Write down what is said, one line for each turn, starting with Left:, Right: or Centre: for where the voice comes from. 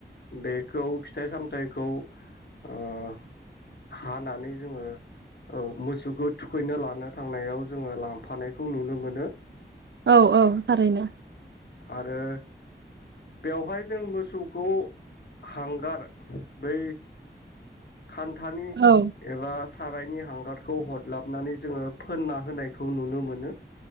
Left: बेखौ फिथाइ -सामथाइखौ ओह हानानै जोङो औ मोसौखौ थुखैनो <unintelligible> <unintelligible> थांनायाव जोङो लांफानायखौ नुनो मोनो।
Right: औ औ थारैनो।
Left: आरो बेवहाय जों मोसौखौ हांगार बै खान्थानि
Right: औ
Left: एबा सारायनि हांगारखौ हडलाबनानै जोङो फोनना होनायखौ नुनो मोनो